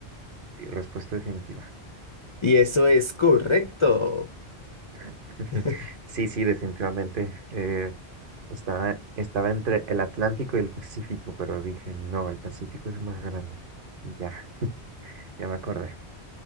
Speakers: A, on the right; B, on the left.
A: sí, respuesta definitiva.
B: Y eso es correcto.
A: <laughs>
B: <laughs>
A: Sí, sí, definitivamente. eh, estaba, estaba entre el Atlántico y el Pacífico, pero dije, no, el Pacífico es más grande. Y Ya, <laughs> ya me acordé.